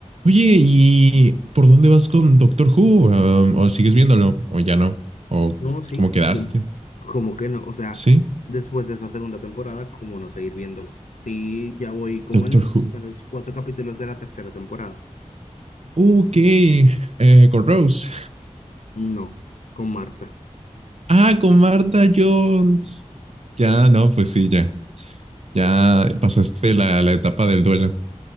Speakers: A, on the right; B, on the left.
A: Oye, ¿y por dónde vas con Doctor Who? Um, ¿o sigues viéndolo? ¿O ya no? ¿O
B: No, sí,
A: cómo quedaste?
B: yo- como que no, o sea,
A: ¿Sí?
B: después de esa segunda temporada, ¿cómo no seguir viéndolo? Sí, ya voy como
A: Doctor
B: en los
A: Who.
B: primeros cuatro capítulos de la tercera temporada.
A: Ok, eh, con Rose.
B: No, con Marta.
A: Ah, con Martha Jones. Ya, no, pues sí, ya. Ya pasaste la, la etapa del duelo.